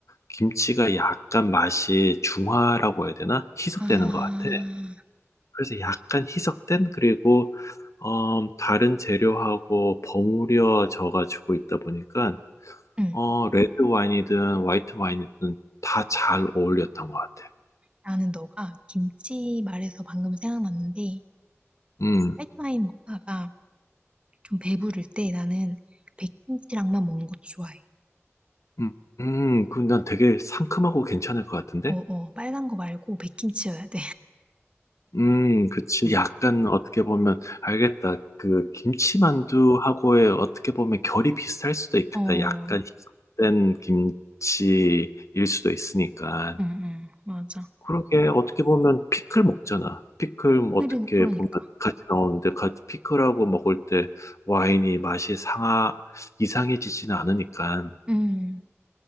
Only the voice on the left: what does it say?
김치가 약간 맛이 중화라고 해야 되나? 희석되는
것 같아. 그래서 약간 희석된 그리고 어, 다른 재료하고 버무려져 가지고 있다 보니까
어, 레드 와인이든 화이트 와인이든 다 잘 어울렸던 것 같아.
음,
음, 음, 그럼 난 되게 상큼하고 괜찮을 것 같은데?
음, 그치.
약간 어떻게 보면, 알겠다. 그 김치만두하고의 어떻게 보면 결이 비슷할 수도 있겠다.
약간 희석된 김치일 수도 있으니까.
그러게 어떻게 보면 피클 먹잖아. 피클 뭐
어떻게
보면 같이 나오는데 같이 피클하고 먹을 때 와인이 맛이 상하 이상해지지는 않으니까